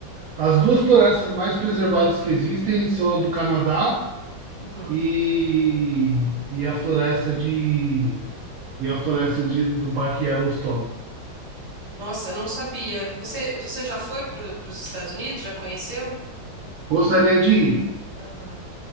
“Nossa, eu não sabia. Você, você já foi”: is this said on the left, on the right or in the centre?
Right